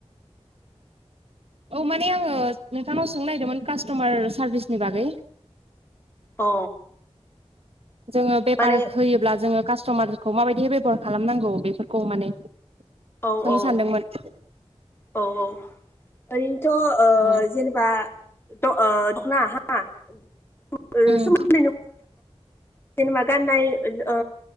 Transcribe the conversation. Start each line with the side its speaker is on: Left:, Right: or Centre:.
Right: औ। माने आङो नोंथांनाव सोंनो नागिरदोंमोन कास्ट'मार सारभिसनि बागै
Left: अ
Right: जोङो बेफार
Left: माने
Right: होयोब्ला जोङो कास्ट'मारखौ माबायदि बेब'हार खालामनांगौ बेफोरखौ माने। सोंनो
Left: औ औ
Right: सानदोंमोन।
Left: औ औ ओरैनोथ' ओ
Right: औ
Left: जेनेबा द ओ दख'ना <unintelligible>
Right: उम
Left: जेनेबा गाननाय ओ